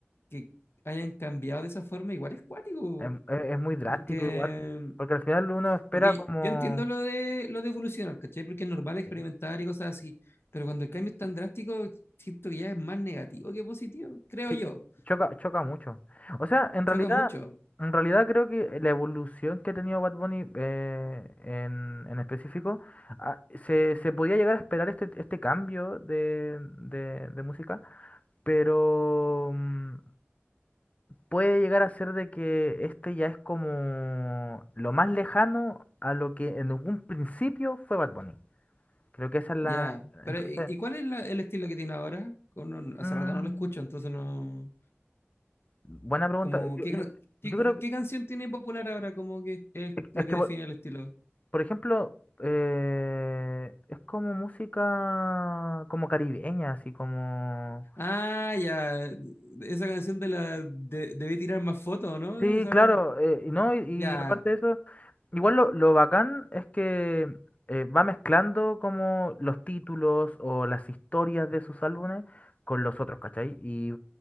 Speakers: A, on the left (about 60°); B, on the left (about 30°).
A: que hayan cambiado de esa forma, igual es cuático.
B: Em- Es, es muy drástico
A: Porque,
B: igual, porque al final uno espera
A: porque
B: como...
A: yo entiendo lo de, lo de evolucionar, ¿cachai? Porque es normal experimentar
B: Sí.
A: y cosas así. Pero cuando el cambio es tan drástico, siento que ya es más negativo que positivo, creo
B: Sí,
A: yo.
B: choca, choca mucho. O sea, en
A: Choca
B: realidad,
A: mucho.
B: en realidad creo que la evolución que ha tenido Bad Bunny eh, en, en específico, ah, se, se podía llegar a esperar este, este cambio de, de, de música, pero mm, puede llegar a ser de que este ya es como lo más lejano a lo que en algún principio fue Bad Bunny. Creo que esa es la...
A: Ya, pero
B: Entonces,
A: ¿y y cuál es la- el estilo que tiene ahora? Como no-
B: mm,
A: hace rato no lo escucho, entonces no...
B: buena pregunta.
A: Como,
B: Yo,
A: ¿qué,
B: yo-
A: can- qué,
B: yo creo
A: qué-
B: que...
A: qué canción tiene popular ahora? Como que es la
B: Es
A: que
B: que,
A: define el estilo.
B: Por ejemplo, eh, es como música como caribeña, así como...
A: Ah, ya, esa canción de la... de- debí tirar más fotos, ¿no?
B: Sí,
A: Esa...
B: claro, eh, y ¿no? Y,
A: Ya,
B: y aparte de eso, Igual lo, lo bacán es que eh, va mezclando como los títulos o las historias de sus álbumes con los otros, ¿cachai? Y